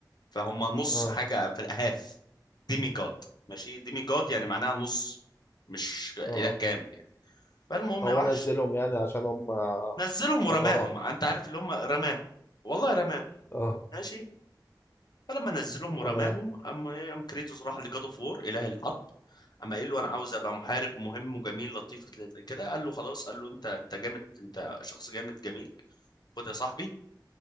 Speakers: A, on the left (about 65°); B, on the left (about 30°).
A: فهم نص
B: اه
A: حاجة في الاهاف ديمي جاد ماشي ديمي جاد يعني معناها نص مش اله
B: اه
A: كامل يعني فالمهم
B: فهو
A: يا وحش
B: نزلهم يعني عشان هما
A: نزلهم
B: حقراء
A: ورماهم انت عارف اللي هم رماهم والله رماهم
B: اه
A: ماشي فلما نزلهم ورماهم
B: تمام
A: ام إيه، ام كريتوس راح لجاد اوف وور اله الحرب اما قال له انا عاوز ابقى محارب مهم وجميل لطيف كده قال له خلاص قال له انت انت جامد انت شخص جامد جميل خد يا صاحبي